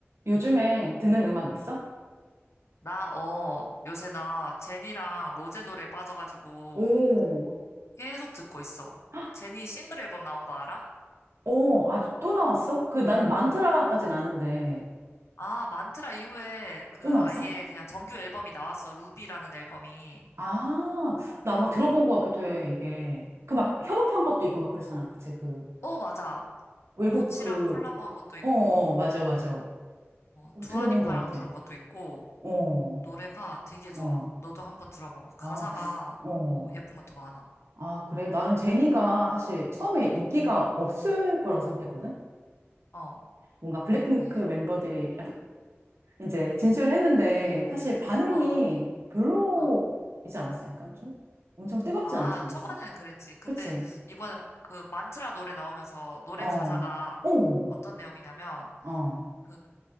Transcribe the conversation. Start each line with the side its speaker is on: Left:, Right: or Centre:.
Right: 요즘에 듣는 음악 있어?
Left: 나, 어, 요새 나 제니랑 로제 노래 빠져가지고
Right: 오,
Left: 계속 듣고 있어.
Right: 헉,
Left: 그 제니 싱글 앨범 나온 거 알아?
Right: 오, 아, 또 나왔어? 그 나는 만트라까진 아는데,
Left: 아, 만트라 이후에 그
Right: 또 나왔어?
Left: 아예 그냥 정규 앨범이 나왔어. 루비라는 앨범이.
Right: 아, 나 아마 들어본
Left: 어,
Right: 것 같기도 해, 이게. 그
Left: 어.
Right: 막 협업한
Left: 그-
Right: 것도 있고 막 그렇잖아. 그치, 그,
Left: 어, 맞아.
Right: 외국
Left: 도치랑
Right: 그,
Left: 콜라보한 것도 있고,
Right: 어, 어, 어, 맞아, 맞아.
Left: 어,
Right: 어,
Left: 두아리파랑
Right: 들어본 것 같아.
Left: 부른 것도 있고,
Right: 어,
Left: 노래가 되게 좋아.
Right: 어,
Left: 너도 한번 들어봐봐. 가사가,
Right: 아, 어.
Left: 어, 예쁜 것도 많아.
Right: 아, 그래. 나는 제니가 사실 처음에 인기가 없을 거라고 생각했거든?
Left: 어,
Right: 뭔가 블랙핑크
Left: 왜?
Right: 멤버들이 이제 진출을 했는데 사실 반응이
Left: 어, 어,
Right: 별로이지
Left: 어.
Right: 않았어? 약간 좀? 엄청 뜨겁지
Left: 아,
Right: 않지 않았어?
Left: 초반에는 그랬지. 근데
Right: 그치?
Left: 이번에 막그 만트라 노래 나오면서 노래
Right: 어,
Left: 가사가
Right: 오,
Left: 어떤 내용이냐면
Right: 어,
Left: 그